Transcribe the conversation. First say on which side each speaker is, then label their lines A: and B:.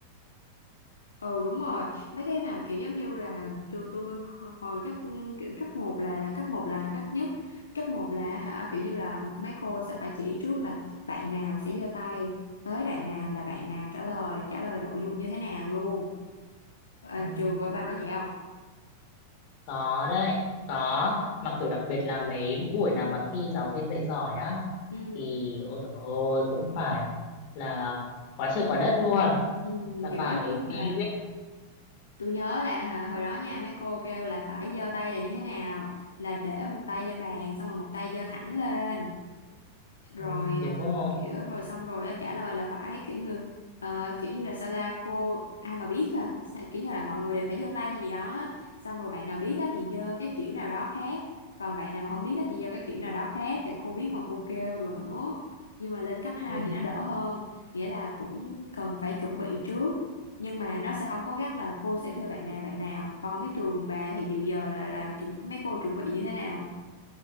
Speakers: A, on the left (about 80°); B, on the left (about 50°).
A: ừ đúng rồi mấy cái mà kiểu giống như là trường tôi ho- hồi cấp kiểu cấp một là là cấp một là cấp nhất cấp một là hả kiểu như là mấy cô sẽ phải chỉ trước là bạn nào sẽ giơ tay tới đoạn nào là bạn nào trả lời trả lời nội dung như thế nào luôn à,
B: ừ,
A: trường của bà có vậy không
B: có đấy có mà kiểu đặc biệt là mấy buổi nào mà thi giáo viên dạy giỏi á
A: ừ,
B: thì ôi dồi ôi cũng phải là quá trời quá đất luôn
A: ừ,
B: là
A: kiểu
B: phải
A: giống như là
B: đi luyện
A: tôi nhớ là hả, hồi đó nha mấy cô kêu là phải giơ tay là như thế nào là để một tay lên bàn xong rồi một tay giơ thẳng lên rồi
B: ừ, đúng
A: ờ,
B: rồi
A: rồi kiểu rồi xong rồi á, trả lời là phải kiểu như ờ, kiểu như là sao ta cô ai mà biết à Sa- kiểu như là mọi người đều phải giơ tay hay gì đó á. xong rồi bạn nào biết á, thì giơ cái kiểu nào đó khác còn bạn nào mà không biết á, thì giơ cái kiểu nào đó khác để cô biết mà cô kêu rồi nữa nhưng mà lên cấp hai
B: Ừ.
A: thì nó đỡ hơn nghĩa là cũng cần phải chuẩn bị trước nhưng mà nó sẽ không có gắt là cô sẽ kêu bạn nào bạn nào và không biết trường bà thì dự giờ là là chuẩn, mấy cô chuẩn bị như thế nào